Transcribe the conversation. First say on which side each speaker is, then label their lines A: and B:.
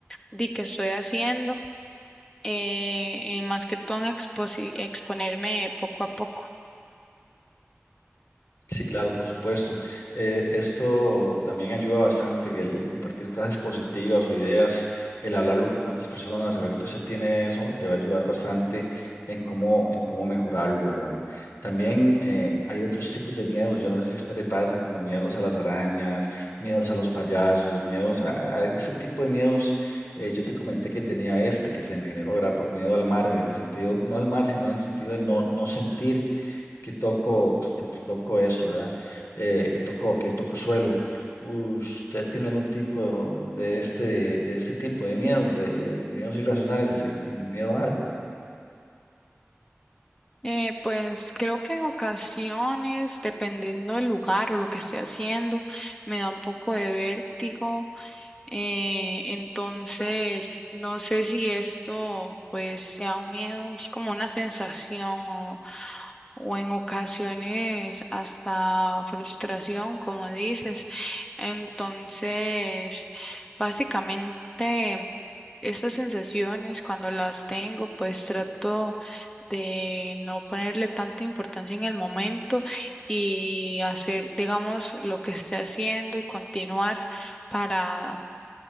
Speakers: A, on the left; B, on the left.
A: de que estoy haciendo eh, y más que todo en exposi- exponerme poco a poco.
B: Sí, claro, por supuesto. Eh, esto también ayuda bastante, que el, el compartir frases positivas o ideas, el hablarlo con otras personas, saber que usted tiene eso, te va a ayudar bastante en cómo, en cómo mejorarlo, ¿verdad? También eh, hay otros tipos de miedos, yo no sé si a usted le pasa, como miedos a las arañas, miedos a los payasos, miedos a, a ese tipo de miedos. eh, yo te comenté que tenía este que se me generó, ¿verdad? Por miedo al mar, en el sentido, no al mar, sino en el sentido de no, no sentir que toco, que toco eso, ¿verdad? Eh, que toco, que toco suelo. ¿Usted tiene algún tipo de este, de este tipo de miedos, de miedos irracionales, así como miedo a algo?
A: Eh, pues creo que en ocasiones, dependiendo del lugar o lo que esté haciendo, me da un poco de vértigo. eh, entonces, no sé si esto pues sea un miedo, es como una sensación o, o en ocasiones hasta frustración, como dices. Entonces, básicamente... Estas sensaciones, cuando las tengo, pues trato de no ponerle tanta importancia en el momento y hacer, digamos, lo que esté haciendo y continuar para